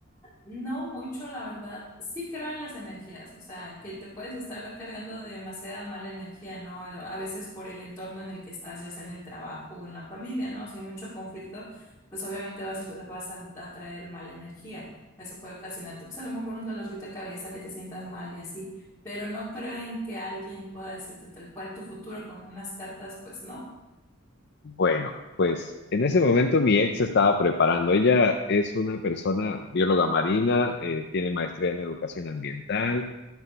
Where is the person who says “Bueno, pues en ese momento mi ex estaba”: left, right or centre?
Left